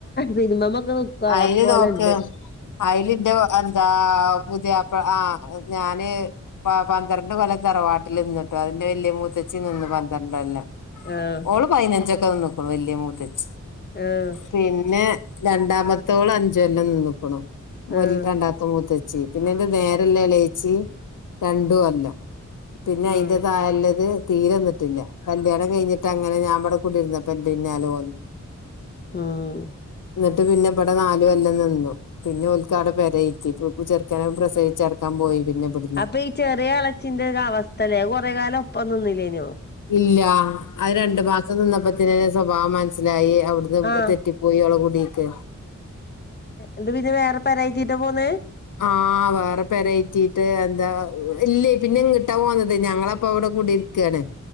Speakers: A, on the left (about 35°); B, on the left (about 85°).
A: സിനിമമൊക്കെ നോക്കുവാ
B: അയില്
A: പോലെ
B: നോക്ക്
A: ഉണ്ട്.
B: അയിലിന്റെ എന്താ പുതിയ ആഹ് ഞാന് പന്ത്രണ്ട് കൊല്ലം തറവാട്ടിൽ നിന്നിട്ടോ അതിന്റെ വലിയ മൂത്തച്ചി നിന്ന് പന്ത്രണ്ടോല്ലം.
A: ആഹ്.
B: ഓള് പയിനഞ്ചൊക്കെ വന്ന് നോക്കൂ വലിയ മൂതച്ച്
A: ഏഹ്.
B: പിന്നെ രണ്ടാമത്തോള് അഞ്ചോല്ലാം നിന്ന്ക്കണു വെൽ
A: ആഹ്
B: രണ്ടാമ മ മൂത്തച്ചി പിന്നെ എന്റെ നേരെല്ലാം ഇളേച്ചി രണ്ടും കൊല്ലം. പിന്നെ
A: ഉം
B: അയിന്റെ തായില്ലത് തീരെ നി ട്ടില്ല കല്യാണം കഴിഞ്ഞിട്ട് അങ്ങനെ ഞാൻ ഇവ്ടെ കൂടി ഇരുന്നപ്പോ എന്റെ പിന്നാല പോന്നു.
A: ഉം.
B: ട്ട് പിന്നെ ഇവിടെ നാലും എല്ലാം നിന്നു. പിന്നെ ഓൽക്കാട പെരയിറ്റി ഇപ്പൊ പ്പോ ചെറുക്കന പ്രസവി ചേടക്കാൻ പോയി പിന്നെ ഇവിടുന്ന്
A: അപ്പൊ ഈ ചെറിയ അളച്ചിന്റെ അവസ്ഥല്ലേ കൊറെ കാലം ഒപ്പന്ന ഒന്നുനിന്നില്ലേനോ?
B: ഇല്ല അത് രണ്ടു മാസം നിന്നപ്പത്തന്ന സ്വഭാവം മനസ്സിലായി അവിടുന്ന്
A: ആഹ്
B: തെറ്റി പോയി ഓളെ കുടീക്ക്.
A: എന്ത് പിന്നെ വേറെ പെരായിറ്റീട്ടാ പോന്നേ?
B: ആഹ് വേറെ പെരയിറ്റീട്ട് എന്താ ഇല്ലേ പിന്നെ എങ്ങിട്ട പോന്നത് ഞങ്ങളെ അപ്പൊ അവിടെ കൂടിയിരിക്കാണ്.